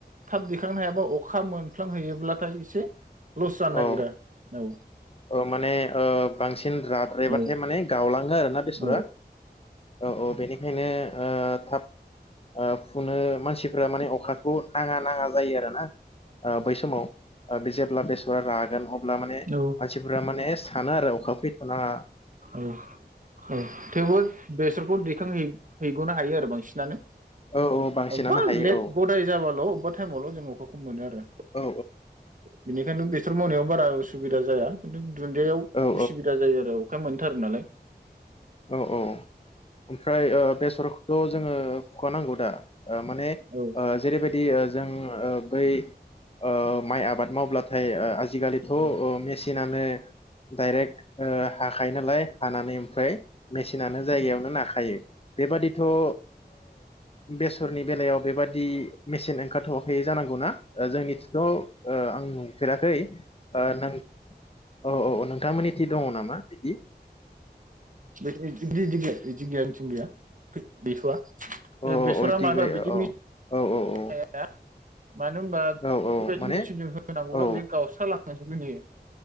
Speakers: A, on the right (about 50°); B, on the left (about 35°).
A: थाब दैखांनो हायाबा अखा मोनफ्लांहैयोब्लाथाय एसे लस जानो नागिरा
B: औ
A: औ
B: औ माने ओ बांसिन राद्रायबाथाय
A: औ
B: माने गावलाङो आरोना बेसरा
A: औ
B: औ औ बेनिख खायनो ओ थाब ओ फुनो मानसिफ्रा माने अखा उ नाङा नाङा जायो आरो ना आ बै समाव आ बि जेब्ला बेस ओ रागोन अब ब्ला माने
A: औ
B: मानसिफोरा माने सानो आरो अखा फैथ'नााङा
A: औ औ थेवबो बेसरखौ दैखांहैयो हैग'नो हायो आरो बांसिनानो
B: औ औ बांसिनानो
A: अबबा
B: हायो
A: लेट
B: औ
A: गदाय जाबाल' अबबा टाइमावल' जों अखाखौ मोनो आरो
B: औ
A: बिनिखायनो बेसर मावनायाव बारा उसुबिदा जाया खिन्थु दुन्दियाआव
B: औ
A: उसुबिदा जायो आरो औ खाय मोनथारो नालाय
B: औ औ ओमफ्राय ओ बेसरखौथ' जोङो सुखानांगौ दा? ओ माने
A: औ
B: ओ जेरैबायदि‌ ओ जोङो बै ओ माइ आबाद मावब्लाथ थायो ओ आजिखालिथ' ओ
A: औ
B: मेसिनानो डाइरेक्ट ओ हाखायो नालाय हानानै ओमफ्राय मेसिनानो जायगायावनो नाखायो बेबादिथ' ओ बेसोरनि बेलायाव बेबादि मेसिन ओंखारथ'वाखै जानांगौना ओ जोंनिथिंथ' ओ आं नु फेराखै ओ नोंथां औ औ नोंथां मोननि थि दङ नामा बिदि?
A: बेथ इदि गि इदि गैया इदि गैया जोंथिं गैया गैथ'वा।
B: अ
A: ए बेसरा
B: अ इदि
A: माबा
B: गैया
A: बिदि
B: औ
A: मि
B: औ औ
A: <unintelligible>
B: औ
A: मानो होमबा
B: औ औ
A: बेबायदि
B: माने
A: मेचिनजों होनांगौब्ला
B: औ
A: बेयो गावस्रालां जोबगोन इयो।